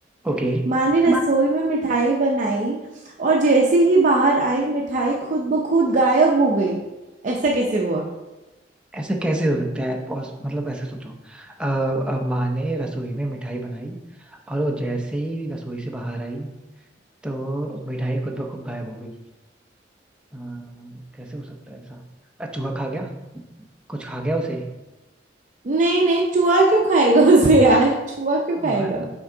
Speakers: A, in the centre; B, on the right (about 40°).
A: ओके
B: माँ ने
A: माँ
B: रसोई में मिठाई बनाई और जैसे ही बाहर आई मिठाई खुद ब खुद गायब हो गई ऐसा कैसे हुआ
A: ऐसा कैसे हो सकता है पॉस- मतलब ऐसे सोचो अ, अ, माँ ने रसोई में मिठाई बनाई और वो जैसे ही रसोई से बाहर आई तो मिठाई खुद ब खुद गायब हो गई अ, कैसे हो सकता है ऐसा अ, चूहा खा गया कुछ खा गया उसे
B: नहीं नहीं चूहा क्यों खाएगा उसे यार चूहा क्यों खाएगा
A: मान